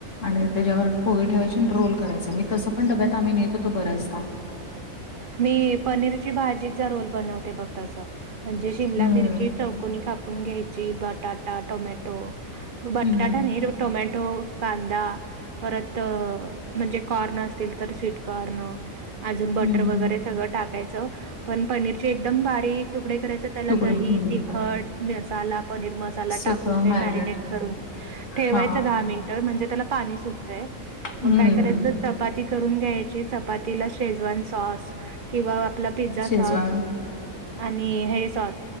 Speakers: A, on the left; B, on the right.
A: आणि त्याच्यावर पोळी ठेवायची रोल करायचं मी तसं पणडब्यात आम्ही नेत होतो बऱ्याचदा.
B: मी पनीरची भाजीचा रोल बनवते बघ तस म्हणजे शिमला
A: हम्म
B: मिरची चौ''--'' कोन कापून घ्यायची बटाटा टोमॅटो बटाटा
A: हम्म
B: नाही. टोमॅटो कांदा. परत म्हणजे कारन असतील तर स्वीट कार्न. अजून बटर
A: हम्म
B: वगैरे सगळं टाकायचं. पण पनीरचे एकदम बारी तुकडे करायचे त्याला
A: तुकड
B: दही
A: हम्म
B: तिखट मसाला पनीर मसाला
A: सगळं
B: टाक''--'' कोणतेही
A: मॅरिनेट
B: मॅरीडेट करून ठेवायचं
A: हा
B: दहा मिनिट. ट तर म्हणजे त्याला पाणी सुटते
A: हम्म
B: मग काय करायचं च चपाती करून घ्यायची चपातीला. शेजवान सॉस किंवा आपला पिझ्झा
A: शेजवान
B: सॉस आणि हे सॉस.